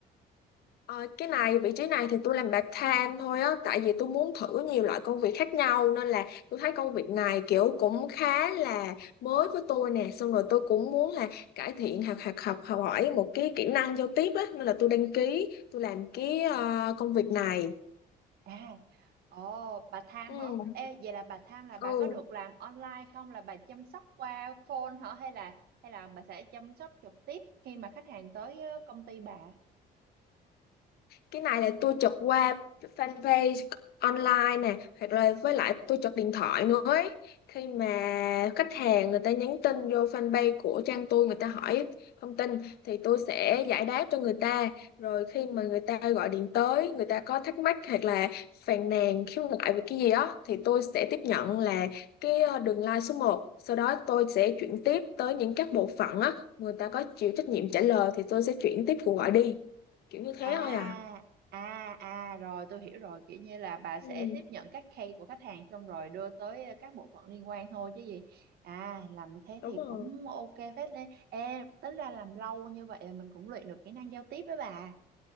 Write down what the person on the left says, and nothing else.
Ờ, cái này vị trí này thì tôi làm part time thôi á, tại vì tôi muốn thử nhiều loại công việc khác nhau nên là tôi thấy công việc này kiểu cũng khá là mới với tôi nè, xong rồi tôi cũng muốn là cải thiện hoặc học học học hỏi một cái kỹ năng giao tiếp á, nên là tôi đăng ký tôi làm cái ờ, công việc này.
ừ
ừ
cái này là tôi chụp qua fanpage online nè hoặc là với lại tôi chụp điện thoại nữa ấy. khi mà khách hàng người ta nhắn tin vô fanpage của trang tôi người ta hỏi thông tin thì tôi sẽ giải đáp cho người ta rồi khi mà người ta gọi điện tới người ta có thắc mắc hoặc là phàn nàn khiếu nại về cái gì đó thì tôi sẽ tiếp nhận là cái ờ, đường line số một sau đó tôi sẽ chuyển tiếp tới những các bộ phận á người ta
có chịu trách nhiệm trả lời thì tôi sẽ chuyển tiếp cuộc gọi đi kiểu như thế
thôi à
Ừ,
đúng
rồi.